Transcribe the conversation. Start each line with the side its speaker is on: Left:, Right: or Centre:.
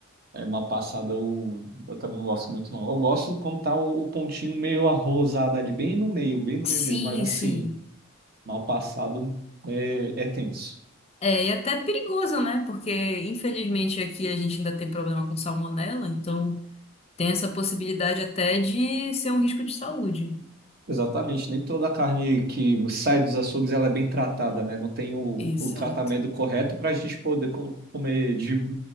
Right: É, mal passado eu, eu também não gosto muito, não. Eu gosto quando tá o, o pontinho meio arrosado ali, bem no meio, bem no
Left: Sim,
Right: meio mesmo. Mas assim,
Left: sim.
Right: mal passado é, é tenso.
Left: É, e até perigoso, né? Porque infelizmente aqui a gente ainda tem problema com salmonela, então tem essa possibilidade até de ser um risco de saúde.
Right: Exatamente. Nem toda carne que sai dos açougues ela é bem tratada, né? Não tem o,
Left: Exato.
Right: o tratamento correto para a gente poder co- comer de